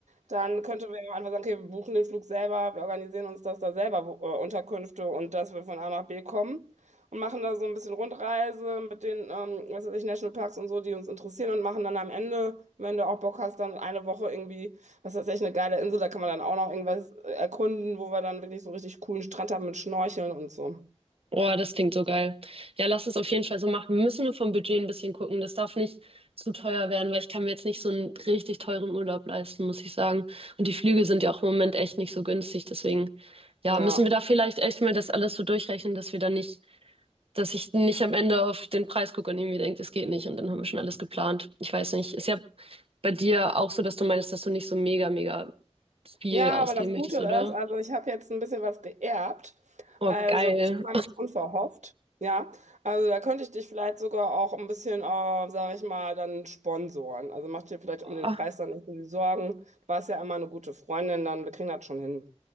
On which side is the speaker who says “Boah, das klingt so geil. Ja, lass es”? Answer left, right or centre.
Right